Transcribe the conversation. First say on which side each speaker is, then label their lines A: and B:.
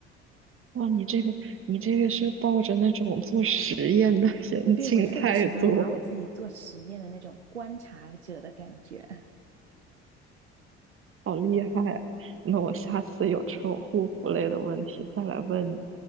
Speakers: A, on the right; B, on the right.
A: 哇，你这个你这个是抱着那种做实验的 <laughs> 严谨态度，
B: 对，我特别喜欢拿我自己做实验的那种观察者的感觉。
A: 好厉害啊那我下次有这种护肤类的问题再来问你。